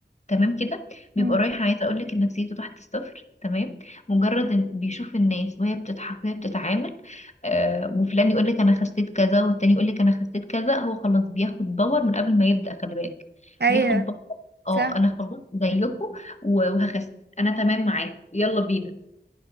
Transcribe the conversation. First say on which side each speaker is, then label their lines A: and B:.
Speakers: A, on the left; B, on the right.
A: تمام كده بيبقى
B: مم.
A: رايح عايزه اقول لك ان نفسيته تحت الصفر تمام مجرد ان بيشوف الناس وهي بتضحك وهي بتتعامل آه، وفلان يقول لك انا خسيت كذا والتاني يقول لك انا خسيت كذا هو خلاص بياخد باور من قبل ما يبدأ خلي بالك
B: ايوه
A: بياخد باور اه
B: صح
A: انا خلاص زيكم وهخس انا تمام معاك يلا بينا